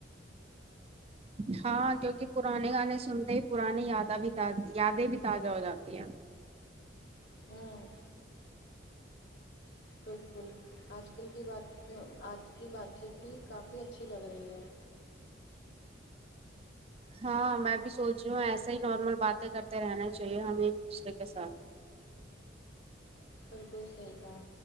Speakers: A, on the right; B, on the left.
A: ہاں کیونکہ پرانے گانے سنتے ہی پرانی یاداں بھی یادیں بھی تازہ ہو جاتی ہیں
B: ہوں بالکل آج کل کی بات آج کی بات چیت بھی کافی اچھی لگ رہی ہے
A: ہاں میں بھی سوچ رہی ہوں ایسا ہی نارمل باتیں کرتے رہنا چاہیے ہمیں ایک دوسرے کے ساتھ
B: بالکل صحیح کہا